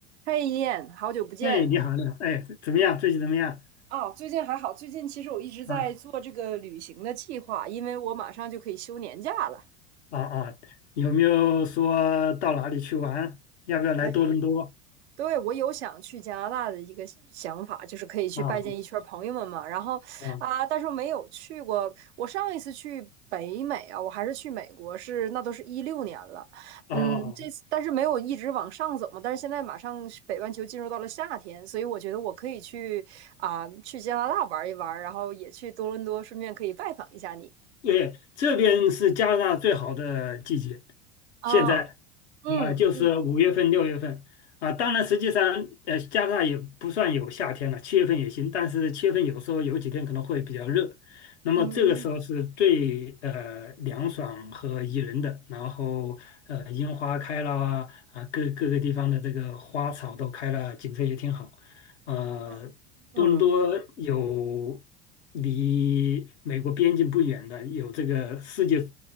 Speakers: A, on the right (about 75°); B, on the left (about 75°).
A: 嘿，一燕，好久不见。
B: 哎，你好，你好，哎，怎么样？最近怎么样？
A: 哦，最近还好，最近其实我一直在做这个旅行的计划，
B: 啊
A: 因为我马上就可以休年假了。
B: 啊啊，有没有说到哪里去玩？要不要来多伦多？
A: 哎。对，我有想去加拿大的一个想法，就是可以去拜见一圈儿朋友们嘛。
B: 啊
A: 然后啊，
B: 啊
A: 但是我没有去过。我上一次去北美啊，我还是去美国，是那都是一六年了。
B: 啊啊！
A: 嗯，这次但是没有一直往上走嘛。但是现在马上是北半球进入到了夏天，所以我觉得我可以去啊，去加拿大玩一玩，然后也去多伦多，顺便可以拜访一下你
B: 对，这边是加拿大最好的季节，
A: 啊。
B: 现在
A: 嗯嗯
B: 啊，就是五月份、六月份啊。当然，实际上呃，加拿大也不算有夏天了，七月份也行，但是七月份有时候有几天可能会比较热。那么这个时候是最呃凉爽和宜人的，
A: 嗯
B: 然后呃樱花开了啊，啊各各个地方的这个花草都开了，景色也挺好。呃，
A: 嗯嗯
B: 多伦多有离美国边境不远的，有这个世界